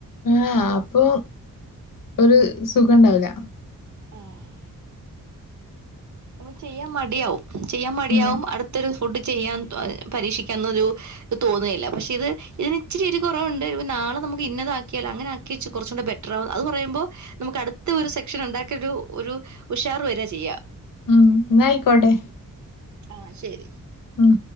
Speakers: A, on the left (about 70°); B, on the right (about 55°).
A: ആഹ അപ്പൊ ഒരു സുഖം ഉണ്ടാവില്ല.
B: ആഹ് നമക്ക് ചെയ്യാം മടിയാവും ചെയ്യാൻ മടിയാവും
A: ഉം
B: അട്ത്തൊര് ഫുഡ് ചെയ്യാം പരീക്ഷിക്കാവുന്നൊരു തോന്നുന്നയില്ല പക്ഷെ ഇത് ഇതിന് ഇച്ചിരി കുറവുണ്ട് നാളെ നമുക്ക് ഇന്നതാക്കിയാല അങ്ങനെ. കച്ച് കുറച്ചുകൂടെ ബെറ്ററാവും അ പറയുമ്പോൾ. നമുക്ക് അടുത്ത ഒരു സെക്ഷൻ ഉണ്ടാക്ക ഒരു ഒരു ഉഷാർ വരി ചെയ്യാം.
A: ഉം നയിക്കോട്ടെ
B: ആഹ ശരി.
A: ഉം.